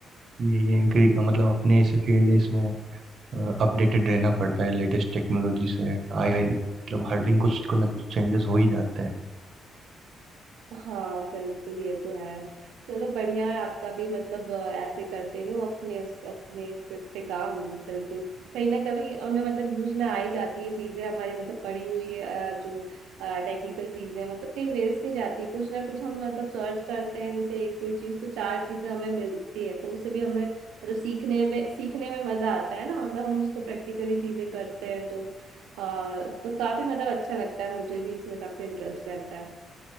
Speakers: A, on the right (about 55°); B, on the right (about 85°).
A: ये ये इनकी मतलब अपने ऐसे फील्ड है इसमें अपडेटेड रहना पड़ता है लेटेस्ट टेक्नोलॉजी से आए आए मतलब हर दिन कुछ को ना कुछ चेंजेस हो ही जाते हैं
B: हाँ बिल्कुल ये तो है चलो बढ़िया है आपका भी मतलब अ, ऐसे करते रहो अपने उस- अपने इस पे इस पे काम बिल्कुल कहीं ना कभी हमें मतलब यूज में आ ही जाती है चीजें हमारी मतलब पड़ी हुई अ, जो टेक्निकल चीजें मतलब कहीं वेस्ट नहीं जाती कुछ ना कुछ हम मतलब सर्च करते हैं जैसे एक कोई चीज तो चार चीजें हमें मिलती है तो उससे भी हमें मतलब सीखने में सीखने में मजा आता है ना मतलब हम उसको प्रैक्टिकली चीजें करते हैं तो अ, तो काफी मतलब अच्छा लगता है मुझे भी इसमें काफी इंटरेस्ट रहता है